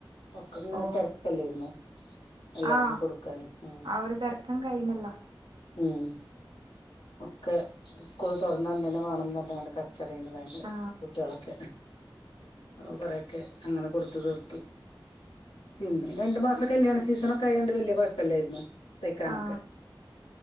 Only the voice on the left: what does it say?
ഒക്കെ ഇങ്ങനെ
തിരക്കല്ലരുന്നു എല്ലർക്കും
കൊടുക്കാന് ഉം
ഉം ഒക്കെ സ്കൂൾ തൊറന്നന്നനെ വാണംന്ന പറഞ്ഞാണ്ട് കച്ച റേന്നു ഭയങ്കരം
കുട്ടിളൊക്കെ അപ്പോ കുറേക്കെ അങ്ങനെ കൊടുത്തു തീർത്തു പിന്നെ ഈ രണ്ടു മാസം കല്യാണ സീസണൊക്കെ ആയോണ്ട് വല്ല്യകുഴപ്പല്ലായിരുന്നു തയ്ക്കാനൊക്കെ